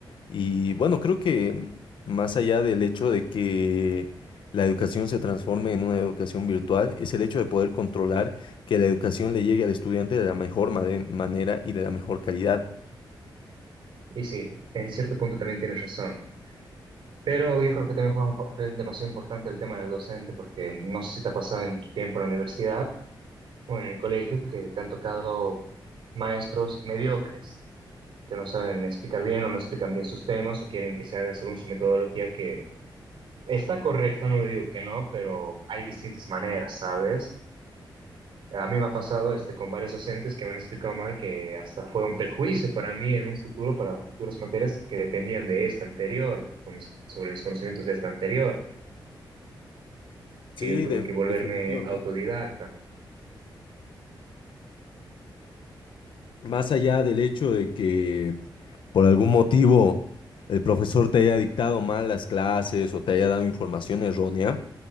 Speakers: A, on the left; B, on the right.
A: Y bueno, creo que más allá del hecho de que la educación se transforme en una educación virtual, es el hecho de poder controlar que la educación le llegue al estudiante de la mejor made- manera y de la mejor calidad.
B: Y sí, en cierto punto también tienes razón. Pero yo creo que también juega un papel demasiado importante el tema del docente porque no sé si te ha pasado en tu tiempo en la universidad o en el colegio que te han tocado maestros mediocres que no saben explicar bien o no explican bien sus temas o quieren que se haga según su metodología que Está correcta, no digo que no, pero hay distintas maneras, ¿sabes? A mí me ha pasado este, con varios docentes que me han explicado mal que hasta fue un perjuicio para mí en un futuro, para futuras materias que dependían de esta anterior, con mis- sobre mis conocimientos de esta anterior,
A: Sí,
B: que yo tuve
A: de-
B: que volverme
A: definitivamente.
B: autodidacta,
A: más allá del hecho de que por algún motivo el profesor te haya dictado mal las clases o te haya dado información errónea,